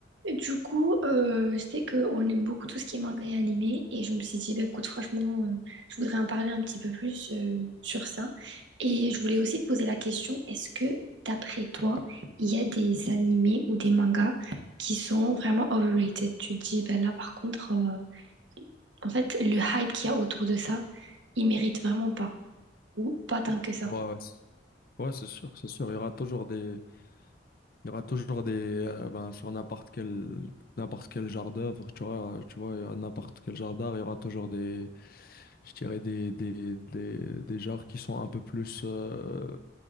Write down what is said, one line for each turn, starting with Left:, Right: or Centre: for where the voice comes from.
Right: Et Du coup, euh, je sais qu'on aime beaucoup tout ce qui est manga et animé, et je me suis dit, bah, écoute, franchement, euh, je voudrais en parler un petit peu plus euh, sur ça. Et je voulais aussi te poser la question, est-ce que, d'après toi, il y a des animés ou des mangas qui sont vraiment overrated? Tu te dis, bah, là, par contre, euh, en fait, le hype qu'il y a autour de ça, il mérite vraiment pas, ou pas tant que ça.
Left: Ouais, ouais, c'est ouais, c'est sûr, c'est sûr. Il y aura toujours des, il y aura toujours des, euh, ben, sur n'importe quel, n'importe quel genre d'œuvre, tu vois, tu vois, il y a n'importe quel genre d'art, il y aura toujours des, je dirais des, des, des, des genres qui sont un peu plus, euh,